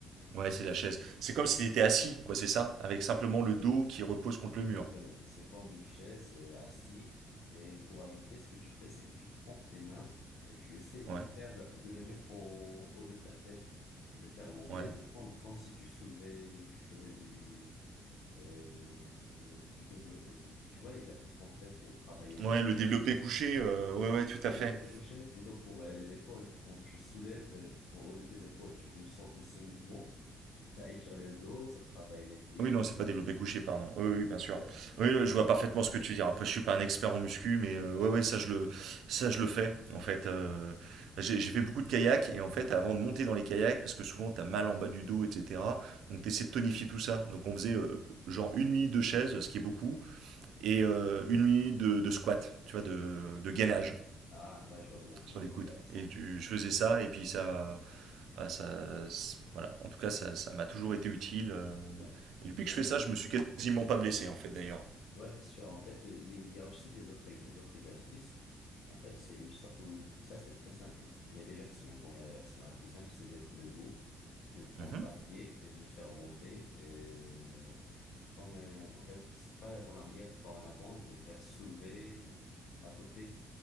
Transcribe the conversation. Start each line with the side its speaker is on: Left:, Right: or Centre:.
Right: Ouais, c'est la chaise. C'est comme si tu étais assis, quoi, c'est ça Avec simplement le dos qui repose contre
Left: Exactement.
Right: le mur.
Left: C'est comme une chaise euh, assis. Et pour ajouter, ce que tu fais, c'est que tu prends tes mains et tu essaies de
Right: Ouais,
Left: les faire, de les mettre au haut de ta tête, de les faire monter,
Right: ouais.
Left: descendre, comme si tu soulevais, tu faisais du, euh, du développement. Tu vois l'exercice qu'on fait pour travailler
Right: Ouais,
Left: les épaules.
Right: le développé couché, euh, ouais, ouais, tout
Left: Pas
Right: à
Left: développer
Right: fait.
Left: couché, mais plutôt pour euh, les épaules. Quand tu soulèves euh, au haut de tes épaules, tu fais une sorte de ce mouvement. Ça étire le dos, ça travaille les pieds.
Right: Ah Oui, non, c'est pas développé couché, pardon. Oui, oui, bien sûr.
Left: Ouais.
Right: Oui, je vois parfaitement ce que tu veux dire. Après, je suis pas un expert en muscu, mais euh, ouais, ouais, ça je le, ça je le fais. En fait, euh, j'ai j'ai fait beaucoup de kayak et en fait, avant de monter dans les kayaks, parce que souvent t'as mal en bas du dos, etc. Donc t'essaies de tonifier tout ça. Donc on faisait euh, genre une nuit de chaise, ce qui est beaucoup, et euh, une nuit de, de squat, tu vois, de, de gainage
Left: Ah, ouais, je vois bien.
Right: sur
Left: Non, c'est
Right: les coudes.
Left: intéressant.
Right: Et tu, je faisais ça et puis ça, bah, ça, voilà. En tout cas, ça, ça m'a toujours été utile. euh,
Left: Ouais.
Right: Et depuis que
Left: Ah
Right: je
Left: non.
Right: fais ça, je me suis quasiment pas blessé, en fait, d'ailleurs.
Left: Ouais, c'est sûr. En fait, euh, il y il y a aussi des autres, ex- d'autres exercices. En fait, c'est une sorte où ça, c'est très simple. Il y a des versions. Bon, il y a la version la plus simple, c'est d'être debout, de prendre
Right: Mhm.
Left: un pied et de le faire monter. euh, comme, euh, en fait, c'est pas en arrière, pas en avant, de le faire soulever à côté.